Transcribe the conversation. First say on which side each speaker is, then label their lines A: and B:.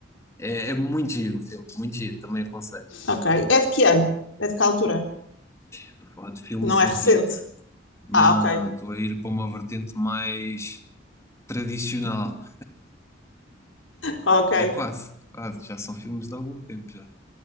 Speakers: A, on the left (about 15°); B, on the left (about 85°).
A: É, é muito giro o filme, muito giro, também aconselho.
B: ok. É de que ano? É de que altura?
A: Estou a falar de filmes
B: Não é
A: antigos.
B: recente?
A: Não,
B: Ah, ok,
A: não, estou a ir para uma vertente mais tradicional.
B: ok,
A: É quase, quase, já são filmes de algum tempo já.